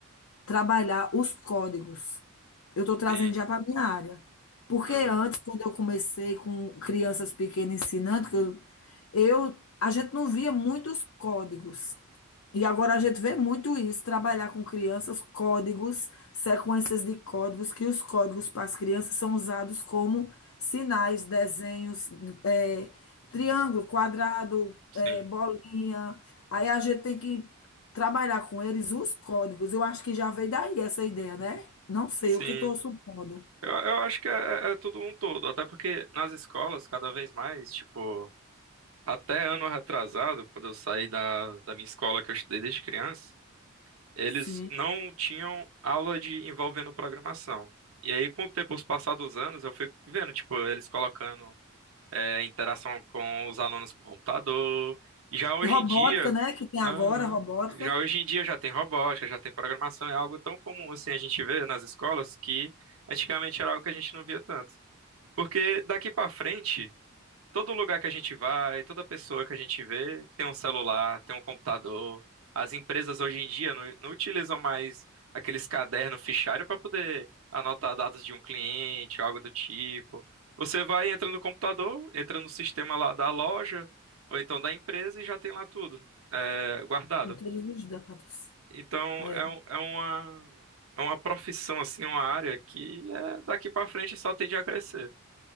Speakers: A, on the left (about 85°); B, on the right (about 85°).
A: trabalhar os códigos. Eu estou trazendo
B: sim,
A: já para a minha área. Porque
B: uhum,
A: antes, quando eu comecei com crianças pequenas ensinando, que eu, eu- a gente não via muitos códigos. E agora a gente vê muito isso, trabalhar com crianças, códigos, sequências de códigos, que os códigos para as crianças são usados como sinais, desenhos, é, triângulo, quadrado,
B: sim,
A: é, bolinha. Aí a gente tem que trabalhar com eles os códigos. Eu acho que já veio daí essa ideia, né? Não sei,
B: sim.
A: o que estou supondo.
B: Eu, eu acho que é, é é tudo um todo, até porque nas escolas, cada vez mais, tipo, até ano retrasado, quando eu saí da, da minha escola que eu estudei desde criança, eles
A: Sim.
B: não tinham aula de envolvendo programação. E aí, com o tempo, os passados anos, eu fui vendo, tipo, eles colocando é, interação com os alunos com computador. E já hoje
A: E robótica,
B: em dia,
A: né? Que tem
B: aham,
A: agora, robótica,
B: já hoje em dia já tem robótica, já tem programação, é algo tão comum assim a gente vê nas escolas que antigamente era algo que a gente não via tanto. Porque daqui para frente Todo lugar que a gente vai, toda pessoa que a gente vê tem um celular, tem um computador. As empresas hoje em dia não, não utilizam mais aqueles cadernos fichário para poder anotar dados de um cliente, algo do tipo. Você vai, entra no computador, entra no sistema lá da loja, ou então da empresa e já tem lá tudo, é, guardado.
A: tem todos os dados.
B: Então
A: É,
B: é, um- é uma, é uma profissão, assim, uma área que é, daqui para frente só tende a crescer.